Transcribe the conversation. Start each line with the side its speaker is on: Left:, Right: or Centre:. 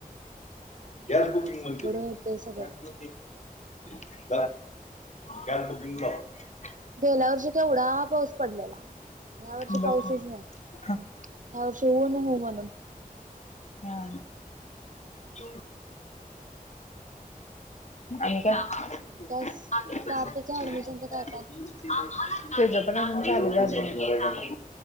Right: काय नव्हच
Left: गॅस बुकिंग
Right: अवघड
Left: मधली,
Right: होतय सगळं
Left: त्यातलं <unintelligible> गॅस बुकींग <unintelligible>
Right: गेल्या वर्षी केवढा पाऊस पडलेला. ह्या वर्षी
Left: बघ
Right: पाऊसच
Left: की
Right: नाही,
Left: हा
Right: ह्या वर्षी ऊन हु म्हणून.
Left: हा <unintelligible> आणि काय, आपल्या
Right: आणि काय सार्थच्या
Left: पसंतचे
Right: ऍडमिशनच
Left: <unintelligible>
Right: काय काय
Left: तुझं पण आजुन चालू झालं नाही.